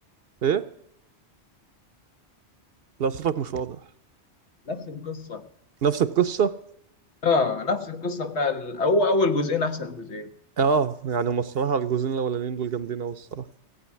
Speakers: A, on the right; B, on the left.
A: ايه لا صوتك مش واضح
B: نفس القصه
A: نفس القصه
B: اه نفس القصه بتاع ال- هو اول جزئين احسن جزئين
A: اه يعني هما الصراحه الجزئين الاولانيين دول جامدين قوي الصراحه